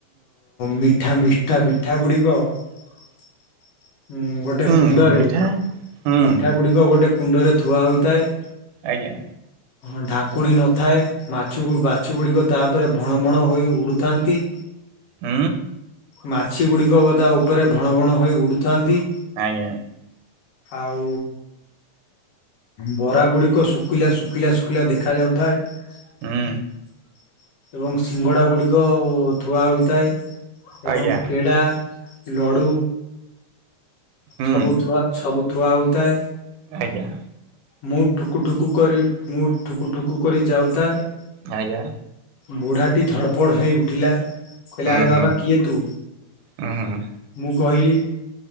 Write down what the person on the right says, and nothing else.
ହୁଁ
ମିଠା ହୁଁ।
ଆଜ୍ଞା।
ହ।
ଆଜ୍ଞା।
ହୁଁ
ଆଜ୍ଞା
ହୁଁ
ଆଜ୍ଞା।
ଆଜ୍ଞା।
ହୁଁ
ହୁଁ
ହୁଁ ହୁଁ